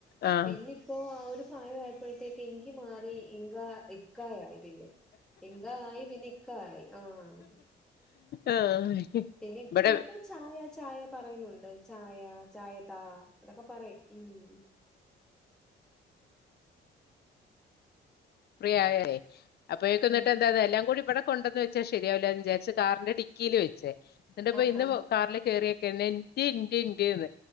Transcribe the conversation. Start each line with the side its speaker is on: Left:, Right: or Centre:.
Left: ആഹ്
Centre: പിന്നി ഇപ്പോ ആ ഒരു പ്രായ ആയപ്പോഴത്തേക്കു ഇങ്കി മാറി ഇങ്ക ഇക്കായായി പിന്നെ ഇങ്ക ആയി പിന്നെ ഇക്ക ആയി ആഹ്
Left: ആഹ്
Centre: പിന്നെ ഇപ്പൊ
Left: ഇവിടെ
Centre: ഇപ്പൊ ചായ ചായ പറയുന്നുണ്ട് ചായ ചായ താ അതൊക്കെ പറയും ഉം
Left: <unintelligible> അപ്പൊഴേക്കുന്നിട്ട്
Centre: ഉം
Left: എന്താ എല്ലാം കൂടി വിടെ കൊണ്ടെന്ന് വെ ച്ചാ ശരിയാവില്ല എന്ന് വിചാരിച്ച് കാറിന്റെ ഡിക്കിയില് വെച്ചേ എന്നിട്ട് ഇപ്പ
Centre: ആഹാ
Left: ഇന്ന് കാറില് കേറിയേക്കെന്നെ ന്റ് ന്റ് ന്റ്ന്ന്